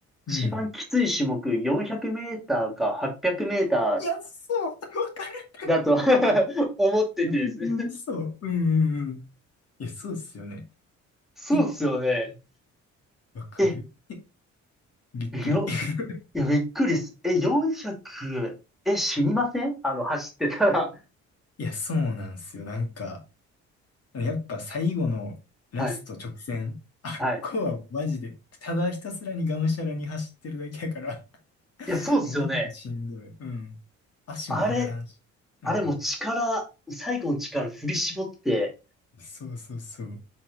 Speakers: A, on the left; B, in the centre.
A: うん。
B: 一番きつい種目400メーターか800メーター
A: いや、そう、わかる。
B: だと <laughs> 思っててですね。
A: いや、ほんまにそう。うんうんうん。いや、そうっすよね。
B: そうっすよね。
A: え、わかるえ、
B: え、
A: びっくり。
B: よ、
A: <laughs>
B: いや、びっくりっす。え、400、え、死にませんあの、走ってたら。
A: いや、そうなんすよ。なんか、やっぱ最後のラスト直線、
B: はい。
A: あっこはマジで、
B: はい。
A: ただひたすらにがむしゃらに走ってるだけやから、
B: いや、そうっすよね。
A: マジでしんどい。うん。足も上がらんし。
B: あれ、
A: うん。
B: あれもう力、最後の力振り絞って、
A: そうそうそう。